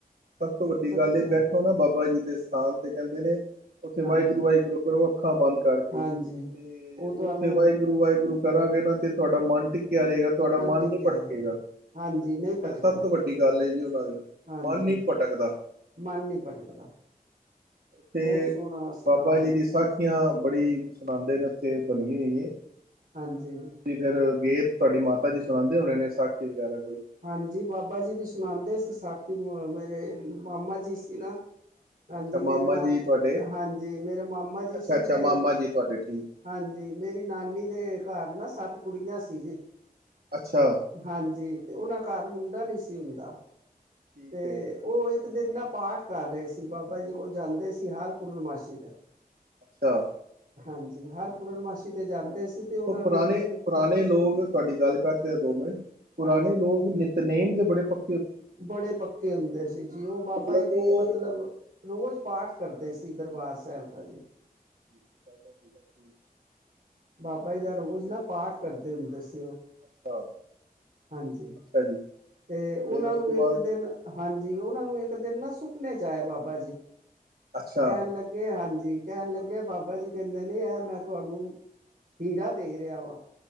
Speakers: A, on the right; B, on the right.
A: ਸਭ ਤੋਂ ਵੱਡੀ
B: ਸੱਚਾ
A: ਗੱਲ ਏ, ਬੈਠੋ ਨਾ ਬਾਬਾ ਜੀ ਦੇ ਸਥਾਨ ਤੇ ਕਹਿੰਦੇ ਨੇ ਉੱਥੇ ਵਾਹਿਗੁਰੂ-ਵਾਹਿਗੁਰੂ
B: ਹਾਂਜੀ
A: ਕਰੋ ਅੱਖਾਂ ਬੰਦ ਕਰਕੇ,
B: ਹਾਂਜੀ
A: ਤੇ
B: ਉਹ ਤੁਹਾਨੂੰ
A: ਉੱਥੇ ਵਾਹਿਗੁਰੂ-ਵਾਹਿਗੁਰੂ ਕਰਾਂਗੇ ਨਾ ਤੇ ਤੁਹਾਡਾ ਮਨ ਟਿੱਕਿਆ ਰਹੇਗਾ, ਤੁਹਾਡਾ ਮਨ
B: ਟਿਕਿਆ
A: ਨਹੀ ਭਟਕੇਗਾ।
B: ਰਹੇਗਾ ਹਾਂਜੀ ਨਹੀਂ ਭਟਕਦਾ
A: ਇਹ ਸਭ ਤੋਂ ਵੱਡੀ ਗੱਲ ਐ ਜੀ ਉਹਨਾਂ ਦੀ,
B: ਹਾਂਜੀ
A: ਮਾਨਲੀ ਭਟਕਦਾ
B: ਮਨ ਨਹੀਂ ਭਟਕਦਾ
A: ਅ--ਤੇ
B: ਬਹੁਤ ਸੋਹਣਾ ਸਥਾਨ
A: ਬਾਬਾ ਜੀ
B: ਹੈ
A: ਦੀ ਸਾ ਖੀਆਂ, ਬੜੀ ਸੁਣਾਂਦੇ ਨੇ ਉੱਥੇ, ਬਣੀ ਹੋਈਏ।
B: ਹਾਂਜੀ।
A: ਤੁਸੀਂ ਫੇਰ ਗਏ, ਤੁਹਾਡੀ ਮਾਤਾ ਜੀ ਸੁਣਾਉਂਦੇ ਹੋਣੇ ਨੇ ਸਾਖੀ ਵਗੈਰਾ ਕੋਈ?
B: ਹਾਂਜੀ, ਬਾਬਾ ਜੀ ਦੀ ਸੁਣਾਉਂਦੇ ਸੀ ਸਾਖੀ, ਮੇਰੇ ਮਾਮਾ ਜੀ ਸੀ ਨਾ ਹਾਂਜੀ,
A: ਅੱਛਾ ਮਾਮਾ
B: ਮੇਰੇ ਨਾਲ,
A: ਜੀ ਤੁਹਾਡੇ
B: ਹਾਂਜੀ। ਮੇਰੇ ਮਾਮਾਜੀ
A: ਅੱਛਾ
B: ਸੀ,
A: ਅੱਛਾ
B: ਤੇ
A: ਮਾਮਾ ਜੀ ਤੁਹਾਡੇ ਠੀਕ ਹੈ,
B: ਹਾਂਜੀ, ਮੇਰੀ ਨਾਨੀ ਦੇ ਘਰ ਨਾ ਸੱਤ ਕੁੜੀਆਂ ਸੀ ਜੇ
A: ਅੱਛਾ
B: ਹਾਂਜੀ, ਤੇ
A: ਠੀਕ
B: ਉਹਨਾਂ
A: ਹੈ
B: ਘਰ ਮੁੰਡਾ ਨੀ ਸੀ ਹੁੰਦਾ
A: ਠੀਕ
B: ਤੇ,
A: ਹੈ
B: ਉਹ ਇੱਕ ਇੱਕ ਦਿਨ ਨਾਂ ਪਾਠ ਕਰ ਰਹੇ ਸੀ, ਬਾਬਾ ਜੀ ਕੋਲ ਜਾਂਦੇ ਸੀ ਹਰ ਪੂਰਨਮਾਸ਼ੀ ਤੇ।
A: ਅੱਛਾ
B: ਹਾਂਜੀ, ਹਰ
A: ਠੀਕ
B: ਪੂਰਨਮਾਸ਼ੀ
A: ਹੈ
B: ਤੇ ਜਾਂਦੇ ਸੀ, ਤੇ
A: ਦੇਖੋ
B: ਉਹਨਾਂ
A: ਪੁਰਾਣੇ
B: ਨੂੰ ਇੱਕ ਦਿਨ
A: ਪੁਰਾਣੇ ਲੋਕ ਤੁਹਾਡੀ ਗੱਲ ਕਢ ਰਹੇ ਆ ਦੋ ਮਿੰਟ, ਪੁਰਾਣੇ
B: ਹਾਂਜੀ
A: ਲੋਕ ਨਿਤਨੇਮ ਦੇ ਬੜੇ ਪੱ
B: ਬੜੇ ਪੱਕੇ ਹੁੰਦੇ ਸੀ ਜੀ, ਉਹ ਬਾਬਾ
A: ਮਤਲਬ
B: ਜੀ ਦੀ
A: ਉਹ
B: ਮਤਲਬ ਰੋਜ਼ ਪਾਠ ਕਰਦੇ ਸੀ, ਦਰਬਾਰ ਸਾਹਿਬ
A: ਠੀਕ
B: ਦਾ ਜੇ।
A: ਹੈ, ਠੀਕ ਹੈ, ਠੀਕ ਬਾਬਾ ਜੀ ਦਾ <inaudible>
B: ਬਾਬਾ
A: ਅੱਛਾ
B: ਜੀ ਦਾ ਰੋਜ਼
A: ਫੇਰ
B: ਨਾ ਪਾਠ ਕਰਦੇ ਹੁੰਦੇ ਸੀ ਉਹ,
A: ਅੱਛਾ
B: ਹਾਂਜੀ।
A: ਅੱਛਾ ਜੀ।
B: ਤੇ, ਉਹਨਾਂ
A: ਫੇਰ ਉਸ
B: ਨੂੰ
A: ਤੋਂ ਬਾਅਦ
B: ਇੱਕ ਦਿਨ ਹਾਂਜੀ, ਉਹਨਾਂ ਨੂੰ ਇੱਕ ਦਿਨ ਨਾ ਸੁਪਨੇ ਵਿਚ ਆਏ ਬਾਬਾ ਜੀ।
A: ਅੱਛਾ
B: ਕਹਿਣ ਲੱ ਹਾਂਜੀ, ਕਹਿਣ ਲੱਗੇ ਬਾਬਾ ਜੀ ਕਹਿੰਦੇ ਨੇ, ਐ, ਮੈਂ ਤੁਹਾਨੂੰ ਹੀਰਾ ਦੇ ਰਿਹਾ ਵਾਂ।